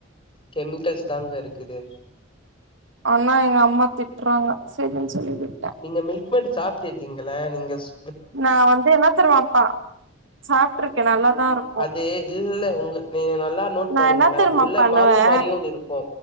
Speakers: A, on the left; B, on the right.
A: கெமிக்கல்ஸ் தாங்க இருக்குது
B: ஆனா எங்க அம்மா திட்றாங்க சரின் சொல்லி விட்ட
A: நீங்க மில்க் மேடு சாப்ட்ருக்கீங்கள நீங்க ஸ்
B: நா வந்து என்னாத்தருவப்பா சாப்ட்ருக்க நல்லாதாருக்கு
A: அது இல்ல உங்க நீங்க நல்லா நோட்
B: நா
A: பண்ணுங்கள
B: என்ன தெரியுமா
A: அது உள்ள
B: பண்ணுவே
A: மாவு மாரியு ஒன்னு இருக்கு